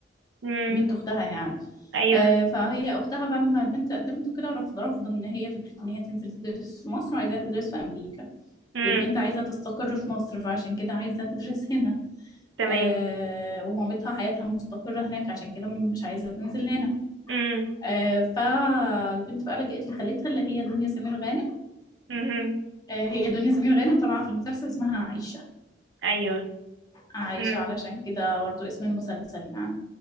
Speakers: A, on the right; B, on the left.
A: امم
B: بنت أختها يعني
A: ايوه
B: آه فهي أختها بعد ما البنت قدمت وكده رفض رفض إن هي فكرة إن هي تنزل تدرس في مصر وعايزاها تدرس في أمريكا
A: امم
B: والبنت عايزة تستقر في مصر فعشان كده عايزة تدرس هنا
A: تمام
B: آه، ومامتها حياتها مستقرة هناك عشان كده مش عايزة تنزل هنا
A: امم
B: آه، فالبنت بقى لجأت لخالتها اللي هي دنيا سمير غانم
A: امم
B: آه، هي دنيا سمير غانم طالعة في المسلسل اسمها عايشة
A: ايوه
B: عايشة
A: امم
B: علشان كده برضه اسم المسلسل يعني